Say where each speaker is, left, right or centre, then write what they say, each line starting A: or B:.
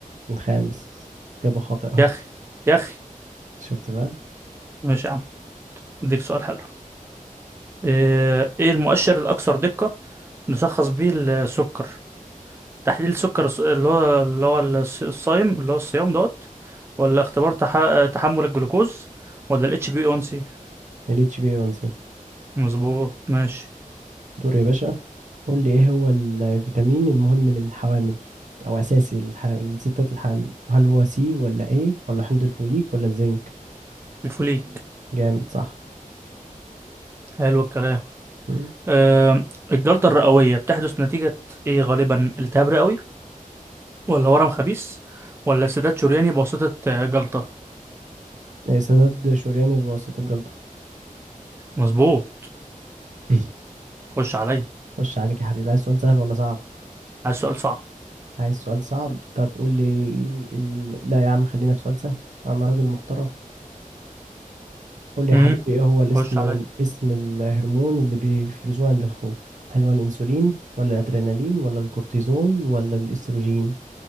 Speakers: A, on the right; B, on the right.
A: الخامس إجابة خاطئة
B: يا أخي
A: <laughs>
B: يا أخي
A: شفت بقى
B: ماشي يا عم اديك سؤال حلو ايه إيه المؤشر الأكثر دقة نشخص بيه السكر تحليل السكر الس- اللي هو اللي هو الص- الصايم اللي هو الصيام دوت ولا اختبار تح... تحمل الجلوكوز ولا الاتش بي 1 سي
A: ال اتش بي 1 سي
B: مظبوط ماشي
A: دور يا باشا قول لي ايه هو الفيتامين المهم للحوامل او اساسي للحامل للستات الحامل هل هو سي ولا ايه ولا حمض الفوليك ولا الزنك
B: الفوليك
A: جامد صح
B: حلو الكلام
A: مم.
B: آه، الجلطة الرئوية بتحدث نتيجة إيه غالبا التهاب رئوي ولا ورم خبيث ولا سداد شرياني بواسطة آه، جلطة
A: إيه، سداد شورياني بواسطة الجلطة
B: مظبوط
A: <laughs>
B: خش عليا
A: خش عليك يا حبيبي عايز سؤال سهل ولا صعب
B: عايز سؤال صعب
A: عايز سؤال صعب طب قول لي ال... لا يا عم خلينا في سؤال سهل انا راجل محترم قول لي يا
B: امم
A: حبيبي ايه هو الاسم
B: خش عليا
A: اسم الهرمون اللي بيفرزوه عند الخوف هل هو الانسولين ولا الادرينالين ولا الكورتيزول ولا الاستروجين